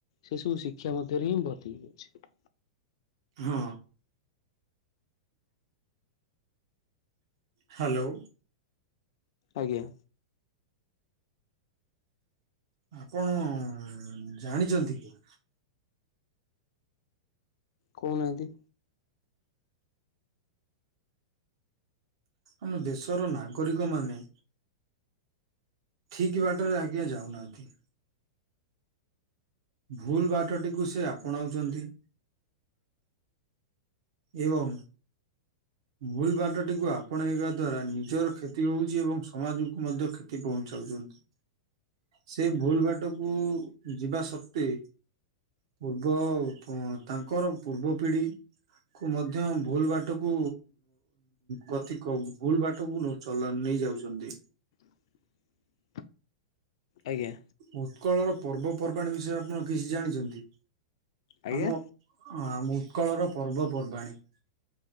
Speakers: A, on the left (about 65°); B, on the right (about 65°).
A: ସେ ସବୁ ଶିକ୍ଷା ମଧ୍ୟରେ ହିଁ ଭର୍ତ୍ତି ହେଇକି ଅଛି।
B: ହଁ। ହ୍ୟାଲୋ।
A: ଆଜ୍ଞା।
B: ଆପଣ ଜାଣିଛନ୍ତି କି?
A: କହୁନାହାନ୍ତି।
B: ଆମ ଦେଶର ନାଗରିକ ମାନେ। ଠିକ ବାଟରେ ଆଜ୍ଞା, ଯାଉନାହାନ୍ତି। ଭୁଲ ବାଟଟିକୁ, ସେ ଆପଣାଉଛନ୍ତି। ଏବଂ ଭୂଲ ବାଟଟିକୁ ଆପଣେଇବା ଦ୍ଵାରା, ନିଜର କ୍ଷତି ହଉଛି। ଏବଂ ସମାଜକୁ ମଧ୍ୟ କ୍ଷତି ପହଚେ। ସେ ଭୁଲ ବାଟ କୁ, ଯିବା ସତ୍ତ୍ୱେ ପୂର୍ବ, ତାଙ୍କର ପୂର୍ବ ପିଢ଼ି। କୁ, ମଧ୍ୟ ଭୁଲ ବାଟ କୁ କତି କ, ଭୁଲ ବାଟକୁ ଚଲା ନେଇ ଯାଉଛନ୍ତି।
A: <inaudible> ଆଜ୍ଞା
B: ଉତ୍କଳ ର ପର୍ବପର୍ବାଣି ବିଷୟରେ, ଆପଣ କିଛି ଜାଣିଛନ୍ତି?
A: ଆଜ୍ଞା।
B: ଆମ, ଆମ ଉତ୍କଳ ର ପର୍ବପର୍ବାଣୀ।